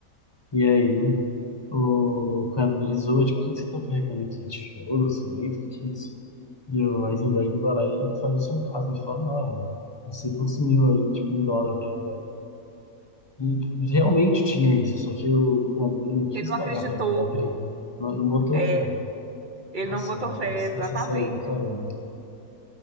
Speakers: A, on the left (about 25°); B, on the right (about 40°).
A: E aí o cunhado dele zoa, tipo, o que que você tá carregando aqui? Tijolo, cimento, o que que é isso? E o Heisenberg vai lá e faz o sarcasmo e fala, não, não sei quantos mil aí, tipo, em dólar, tá ligado? E tipo, realmente tinha isso, só que o cunhado dele não quis
B: Ele não
A: pagar
B: acreditou,
A: pra ver, abrir. Não, não botou
B: é,
A: fé.
B: ele
A: Nossa,
B: não botou
A: velho,
B: fé,
A: esse-
B: exatamente.
A: essa série é do caramba.